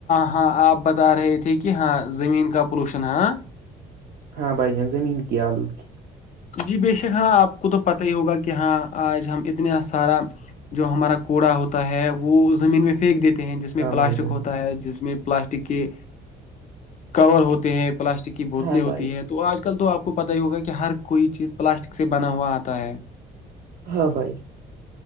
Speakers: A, on the left; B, on the right.
A: ہاں آپ بتا رہے تھے کہ ہاں زمین کا پولوشن ہاں
B: ہاں بھائی جان زمین کی آلودگ
A: جی بےشک ہاں آپ کو تو پت ہی ہوگا کہ ہاں آج ہم اتنا سارا جو ہمارا کوڑا ہوتا ہے وہ زمین میں پھینک دیتے ہیں جس میں
B: ہاں
A: پلاسٹک
B: بھائی جان
A: ہوتا ہے جس میں پلاسٹک کے کور ہوتے ہیں پلاسٹک کی بوتلیں
B: ہاں
A: ہوتی
B: بھائی
A: ہیں تو آج کل تو آپ کو پتا ہی ہوگا کہ ہر کوئی چیز پلاسٹک سے بنا ہوا آتا ہے
B: ہاں بھائی